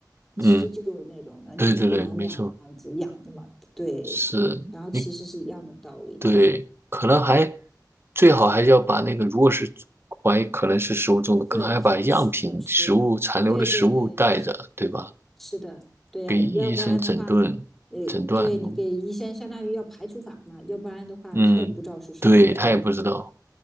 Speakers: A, in the centre; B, on the right.
A: 其实就是那种的，
B: 嗯，
A: 你不能那样子仰着嘛，
B: 对对对，没错。
A: 对，
B: 是，
A: 然后其实是一样的道理，
B: 你对，可能还最好还是要把那个，如果是怀疑可能是食物中毒，
A: 对，
B: 可能还要把样品、
A: 是，
B: 食物残留的食物带着，
A: 对对对，
B: 对吧？
A: 是的，对呀、
B: 给医生诊断诊断用。
A: 要不然的话，呃，对你给医生相当于要排除法嘛，要不然的话他也不知道是什么原因。
B: 嗯，对，他也不知道，